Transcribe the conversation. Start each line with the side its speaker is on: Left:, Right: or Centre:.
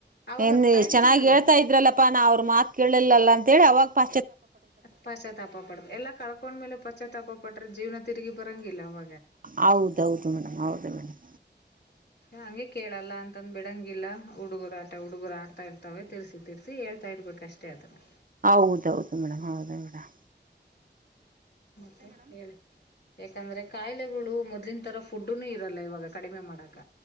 Left: ಅವಾಗ
Right: ಏನ್
Left: ಟೈಮ್
Right: ಎಷ್ ಚೆನ್ನಾಗಿ
Left: ಸಿಗಲ್ಲ
Right: ಹೇಳ್ತಾ ಇದ್ರಲ್ಲಪ್ಪಾ ನಾ ಅವ್ರ ಮಾತ್ ಕೇಳಿಲ್ಲಲ್ಲ ತೆಳಿ ಅವಗ್ ಪ
Left: ಪಶತಾಪ ಪಡ್ ಎಲ್ಲ ಕಳ್ ಕೊಂಡ್ ಮೇಲು ಪಶತಾಪ ಪಟ್ಟ್ರ ಜೀವ್ನ ತಿರ್ಗಿ ಬರಂಗಿಲ್ಲ ಅವ
Right: ಹೌದೌದು ಮೇಡಮ್ ಹೌದು ಮೇಡಮ್.
Left: ಹಂಗೆ ಕೇಳಲ್ಲ ಅಂತಂದ್ ಬಿಡಂಗಿಲ್ಲ ಹುಡುಗುರ್ ಆಟ ಹುಡುಗಗುರ್ ಆಡ್ತಾ ಇರ್ತಾವೆ ತಿರ್ಸಿ ತಿರ್ಸಿ ಹೇಳ್ತಾ ಇರ್ಬೇಕ್ ಅಷ್ಟೇ ಅದನ್ನ.
Right: ಹೌದೌದು ಮೇಡಮ್ ಹೌದು ಮೇಡಮ್.
Left: ಮತ್ತೆ ಹೇಳ್ ಯಾಕಂದ್ರೆ ಕಾಯ್ಲೆ ಇವ್ಳು ಮೊದ್ಲಿನ್ ತರ ಫುಡ್ನು ಇರಲ್ಲ ಇವಾಗ ಕಡಿಮೆ ಮಾಡಕ್